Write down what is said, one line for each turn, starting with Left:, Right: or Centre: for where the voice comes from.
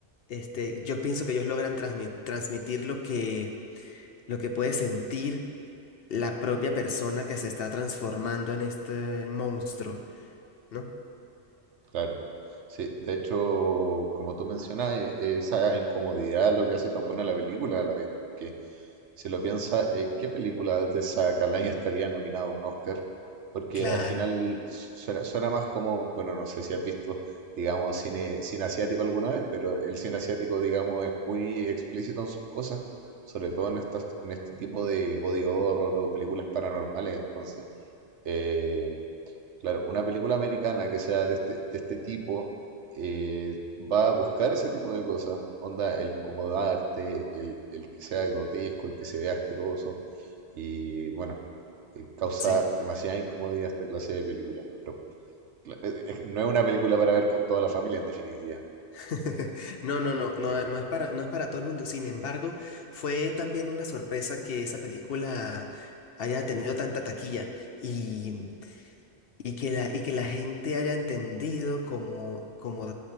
Left: este, yo pienso que ellos logran transmi- transmitir lo que, lo que puede sentir la propia persona que se está transformando en este monstruo, ¿no?
Right: Claro, sí, de hecho, como tú mencionas, e- esa incomodidad es lo que hace tan buena la película a la vez, porque si lo piensas, eh, ¿qué película de esa calaña estaría nominada a un Oscar? Porque
Left: Claro,
Right: al final su- suena, suena más como, bueno, no sé si has visto, digamos, cine, cine asiático alguna vez, pero el cine asiático, digamos, es muy explícito en sus cosas, sobre todo en estas, en este tipo de body horror o películas paranormales, entonces. eh, Claro, una película americana que sea de este, de este tipo eh, va a buscar ese tipo de cosas. Onda, el incomodarte, el, el que sea grotesco, el que se vea asqueroso. Y bueno, eh, causa
Left: sí.
Right: demasiada incomodidad esta clase de películas. Pero cla- eh, eh, no es una película para ver con toda la familia, en definitiva.
Left: <laughs> No, no, no, no,
Right: Sí,
Left: no es para, no es para todo el mundo. Sin embargo, fue también una sorpresa que esa película haya tenido tanta taquilla. Y Y que la, y que la gente haya entendido como, como